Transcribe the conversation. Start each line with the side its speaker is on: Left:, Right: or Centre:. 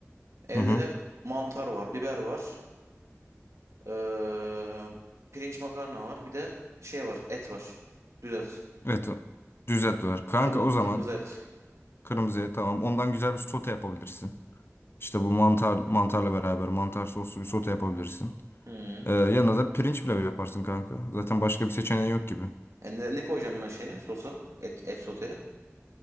Right: Evde
Left: Hı hı.
Right: mantar var, biber var. ee, pirinç makarna var. Bir de şey var et var. Düz et.
Left: Evet. o- Düzelt var. Kanka
Right: Kırm-
Left: o zaman
Right: kırmızı et.
Left: kırmızı et tamam. Ondan güzel bir sote yapabilirsin. İşte bu mantar mantarla beraber mantar soslu bir sote yapabilirsin.
Right: Hı.
Left: Ee, yanına da pirinç pilavı yaparsın kanka. Zaten başka bir seçeneği yok gibi.
Right: E ne, ne koyacağım ben şeye sosa? Et, et soteye.